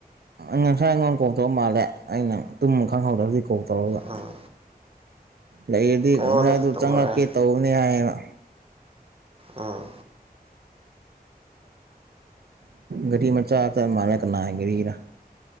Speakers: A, on the right (about 80°); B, on the right (about 35°).
A: ꯉꯁꯥꯏ ꯑꯩꯉꯣꯟ ꯀꯣꯂꯇꯧꯕ ꯃꯥꯜꯂꯦ ꯑꯩꯅ ꯇꯨꯝ ꯈꯡꯍꯧꯗ ꯀꯣ ꯇꯧꯔꯒꯥ
B: ꯎꯝ
A: ꯂꯩꯔꯗꯤ
B: ꯑꯩꯉꯣꯟꯗꯁꯨ
A: ꯉꯁꯥꯏꯗꯨ
B: ꯇꯧꯔꯛꯑꯦ
A: ꯆꯡꯉꯛꯀꯦ ꯇꯧꯕꯅꯦ ꯍꯥꯏꯌꯦꯅ
B: ꯎꯝ
A: ꯒꯥꯔꯤ ꯃꯆꯥꯗꯥ ꯝꯥꯂꯦ ꯀꯅꯥ ꯒꯥꯔꯤꯔ